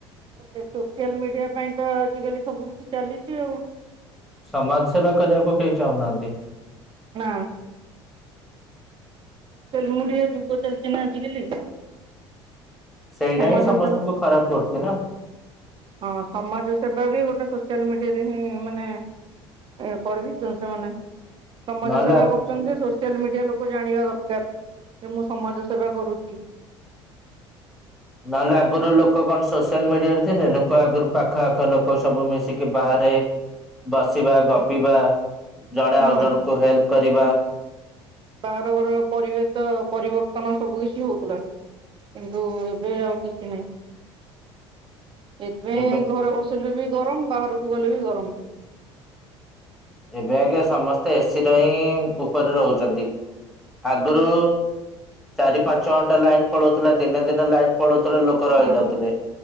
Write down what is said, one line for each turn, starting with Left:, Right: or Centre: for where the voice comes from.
Right: ସେ ସୋସିଆଲ ମିଡିଆ ପାଇଁ ତ ଆଜିକାଲି ସବୁ କିଛି ଚାଲିଛି ଆଉ।
Centre: ସମାଜ ସେବା କରିବାକୁ କେହି ଚାହୁଁନାହାନ୍ତି।
Right: ନାଁ। <unintelligible> ଯୁଗ ଚାଲିଛି ନା ଆଜିକାଲି।
Centre: ସେଇଟା
Right: ସମାଜ
Centre: ହିଁ ସମସ୍ତଙ୍କୁ
Right: ସେବା
Centre: ଖରାପ କରୁଛି ନା।
Right: ହଁ ସମାଜ ସେବା ବି ଗୋଟେ ସୋସିଆଲ ମିଡିଆରେ ହିଁ ମାନେ ଏ କରିବି <unintelligible> ସମାଜ
Centre: ନହେଲେ
Right: ସେବା କରୁଛନ୍ତି ସୋସିଆଲ ମିଡିଆ ଲୋକ ଜାଣିବା ଦରକାର ଯେ ମୁଁ ସମାଜ ସେବା କରୁଛି।
Centre: ନହେଲେ ଆଗରୁ ଲୋକ କଣ ସୋସିଆଲ ମିଡିଆରେ ଥିଲେ ଲୋକ ଆଗରୁ ପାଖ ଆଖ ଲୋକ ସବୁ ମିଶିକି ବାହାରେ ବସିବା ଗପିବା ଜଣେ ଆଉ
Right: ହଁ
Centre: ଜଣଙ୍କୁ ହେଲ୍ପ କରିବା।
Right: ବାହାରଘର ପରିବେଶ ପରିବର୍ତ୍ତନ ସବୁ କିଛି ହଉଥିଲା କିନ୍ତୁ ଏବେ ଆଉ କିଛି ନାହିଁ। ସେଇଥିପାଇଁ
Centre: ଏବେ
Right: ଘରେ ବସିଲେ ବି ଗରମ ବାହାରକୁ ଗଲେ ବି ଗରମ।
Centre: ଏବେ ଆ ସମସ୍ତେ ଏସି ର ହିଁ ଉପରେ ରହୁଛନ୍ତି। ଆଗରୁ ଚାରି ପାଞ୍ଚ ଘଣ୍ଟା ଲାଇନ ପଳଉଥିଲା ଦିନେ ଦିନେ ଲାଇନ୍ ପଳଉଥିଲା ଲୋକ ରଯାଉଥିଲେ
Right: ହଁ।